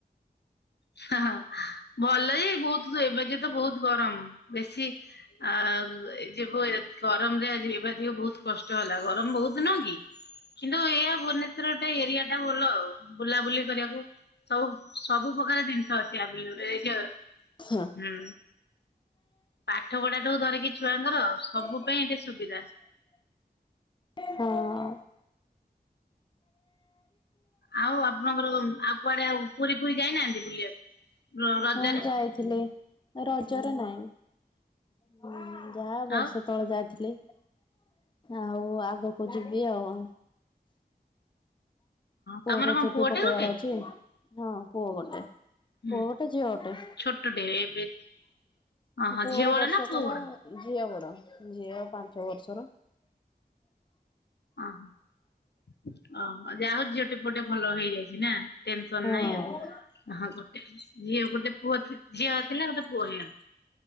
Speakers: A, on the left; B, on the left.
A: ହ ହଁ ଭଲ ଯେ ବହୁତ ଏବେ ଯେ ତ ବହୁତ ଗରମ ବେଶୀ ଆ ଯିବୁ ଗରମ ରେ ଆ ଯିବା ଦି ବହୁତ କଷ୍ଟ। କଷ୍ଟ ହେଲା ଗରମ ବହୁତ ଦିନ କିନ୍ତୁ ଏଇଆ ଭୁବନେ ଗୋଟେ ଏରିଆ ଟା ଭଲ ବୁଲାବୁଲି କରିବାକୁ ସବୁ ସବୁ ପ୍ରକାର ଜିନିଷ ଅଛି ୟା
B: ହଁ।
A: ହୁଁ। ପାଠ ପଢା ଟାକୁ ଧରିକି ଛୁଆଙ୍କର ସବୁ
B: ହଁ
A: ପାଇଁ ଏଠି ସୁବିଧା।
B: ହୁଁ।
A: ଆଉ ଆପଣଙ୍କର ଆଉ କୁଆଡେ ଆଉ ପୁରୀ ଫୁରୀ ଯାଇନାହାନ୍ତି ବୁଲିବାକୁ। ରଜରେ
B: ହଁ ଯାଇଥିଲି ରଜରେ ନାଇଁ ଯାହା ବର୍ଷେ
A: ଆଉ
B: ତଳେ ଯାଇଥିଲି ଆଉ ଆଗକୁ ଯିବି ଆଉ।
A: ତମର
B: ପୁଅର
A: କଣ
B: ଚୁଟି
A: ପୁଅଟେ
B: ପକେଇବାର
A: ଗୋଟେ
B: ଅଛି ହଁ ପୁଅ ଗୋଟେ।
A: ହୁଁ
B: ପୁଅ ଗୋଟେ ଝିଅ ଗୋଟେ
A: ଛୋଟଟେ ଏବେ ଓହୋ
B: ପୁଅ
A: ଝିଅ ବଡ
B: ବର୍ଷକର
A: ନା ପୁଅ ବଡ?
B: ଝିଅ ବଡ଼ ଝିଅ ପାଞ୍ଚ ବର୍ଷର
A: ଓହଁ ଓ ହୋ ଯାହା ହଉ ଝିଅ ଟେ ପୁଅ ଟେ ଭଲ ହେଇଯାଇଛି ନା। ଟେନସନ୍
B: ହଁ
A: ନାହିଁ ଆଉ। ହଁ ଗୋଟେ ଝିଅ ଗୋଟେ ପୁଅ ଥି ଝିଅ ଥିଲା ଗୋଟେ ପୁଅ ହେଇଗଲା।